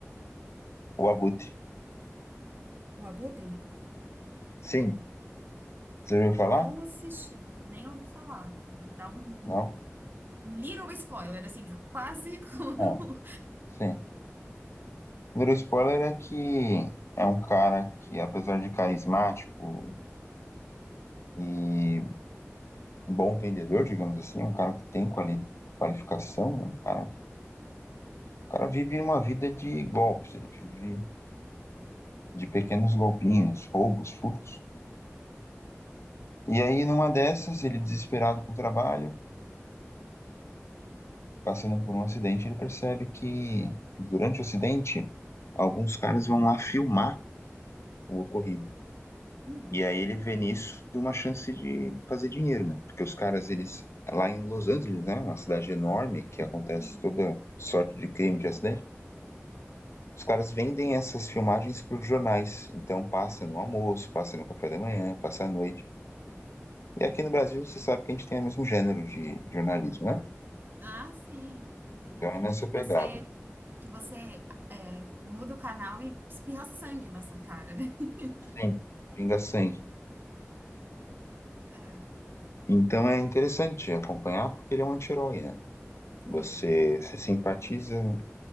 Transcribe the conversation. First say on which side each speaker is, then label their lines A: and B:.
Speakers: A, on the left; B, on the right.
A: O Abutre.
B: O Abutre?
A: Sim. Você ouviu falar?
B: Não assisti, nem ouvi falar. Dá um, um,
A: Não?
B: um little spoiler, assim, quase como.
A: Bom, sim. O primeiro spoiler é que é um cara que, apesar de carismático e bom vendedor, digamos assim, é um cara que tem quali- qualificação, né? Um cara, o cara vive uma vida de golpes. Ele vive de pequenos golpinhos, roubos, furtos. E aí, numa dessas, ele desesperado por trabalho, passando por um acidente, ele percebe que durante o acidente, alguns caras vão lá filmar o ocorrido.
B: <laughs> Hum.
A: E aí ele vê nisso uma chance de fazer dinheiro, né? Porque os caras, eles lá em Los Angeles, né, uma cidade enorme que acontece
B: Sim.
A: toda sorte de crime, de acidente, os caras vendem essas filmagens para os jornais. Então passa no almoço, passa no café da manhã, passa à noite. E aqui no Brasil, você sabe que a gente tem o mesmo gênero de jornalismo, né?
B: Ah, sim. Sim,
A: Então
B: aquele
A: é nessa
B: que
A: pegada.
B: você que você é, muda o canal e espirra sangue na sua cara, né? <laughs>
A: Sim. Pinga sangue.
B: É,
A: Então é interessante acompanhar porque ele é um anti-herói, né? Você
B: sim.
A: se simpatiza